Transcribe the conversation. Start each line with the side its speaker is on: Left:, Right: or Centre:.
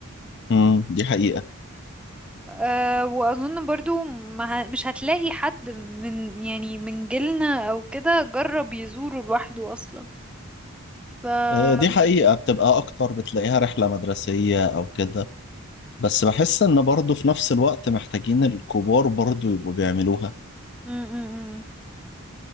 Left: مم، دي حقيقة
Centre: أه واظن برضو ما ه- مش هتلاقي حد من يعني من جيلنا او كده جرب يزوره لوحده اصلا ف اه
Left: آه دي حقيقة بتبقى أكتر بتلاقيها رحلة مدرسية أو كده بس بحس إن برضه في نفس الوقت محتاجين الكبار برضه يبقوا بيعملوها
Centre: م- م- م.